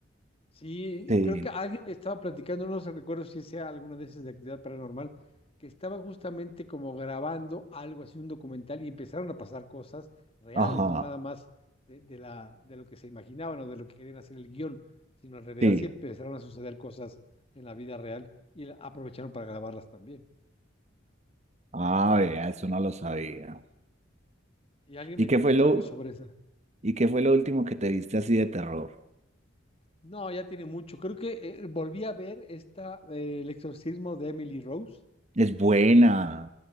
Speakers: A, on the left; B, on the right.
A: Sí,
B: Sí,
A: creo que alguien me estaba platicando, no se recuerdo si sea alguna de esas de actividad paranormal, que estaban justamente como grabando algo así, un documental, y empezaron a pasar cosas reales,
B: ajá,
A: no nada más de, de la, de lo que se imaginaban o de lo que querían hacer el guión, sino en realidad
B: sí.
A: sí empezaron a suceder cosas en la vida real y la- aprovecharon para grabarlas también.
B: Ah, vea, eso no lo sabía.
A: Y alguien
B: ¿Y
A: me
B: qué
A: comentó
B: fue lo,
A: algo sobre esa.
B: y qué fue lo último que te viste así de terror?
A: No, ya tiene mucho. Creo que eh, volví a ver esta, eh, el exorcismo de Emily Rose,
B: Es buena.